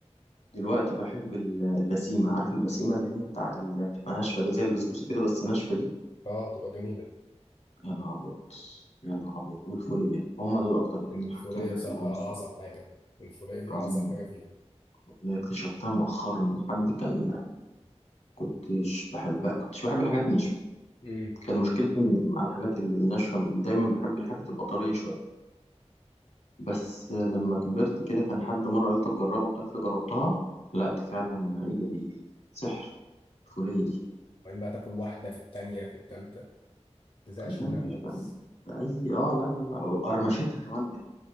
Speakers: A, on the left; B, on the left.
A: دلوقتي بحب ال- البسيمه عارف البسيمه اللي هي بتاع اللي بتبقى ناشفه دي زي البسبوسه كده بس ناشفه دي
B: اه بتبقى جميله
A: يا نهار أبيض يا نهار أبيض والفولية هما دول أكتر اتنين
B: الفوليه
A: حاجتين بحبهم
B: بصراحه
A: الصراحة
B: اعظم حاجه الفوليه دي
A: عظيم
B: اعظم حاجه فيهم
A: اكتشفتها مؤخرا حد كان كنتش بحبها كنتش بحب الحاجات ناشفة
B: امم
A: كان مشكلتي إن- مع الحاجات اللي ناشفة دايما بحب الحاجات تبقى طرية شوية بس لما كبرت كده كان حد مرة قال لي طب جربها وبتاع فجربتها لا دي فعلا ايه ده دي سحر الفولية دي
B: وبعدين بقى تاكل واحده في التانيه في التالته ما تزهقش
A: لا
B: منها
A: مفيش
B: خالص
A: بقى بأي اه لا لا لا قرمشتها كمان بت-